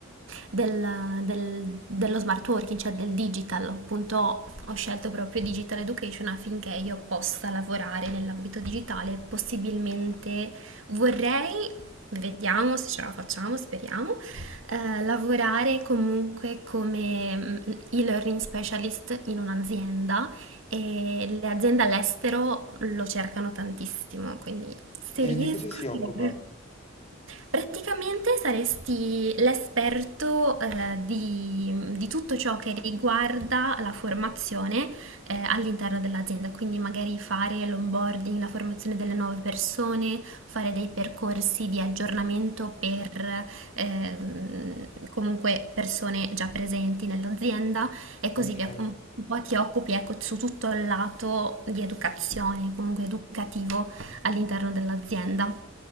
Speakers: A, on the right; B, on the left.
A: del- del- dello smart working, cioè del digital. Appunto, ho scelto proprio digital education affinché io possa lavorare nell'ambito digitale, possibilmente vorrei, vediamo se ce la facciamo, speriamo eh, lavorare comunque come mm, e-learning specialist in un'azienda e le aziende all'estero lo cercano tantissimo, quindi se riesco
B: E di cosa si occupa?
A: sarebbe... Praticamente saresti l'esperto eh, di, di tutto ciò che riguarda la formazione eh, all'interno dell'azienda, quindi magari fare l'onboarding, la formazione delle nuove persone, fare dei percorsi di aggiornamento per ehm, comunque persone già presenti nell'azienda e così
B: Ok.
A: via. Un po' ti occupi, ecco, su tutto il lato di educazione, comunque educativo all'interno dell'azienda.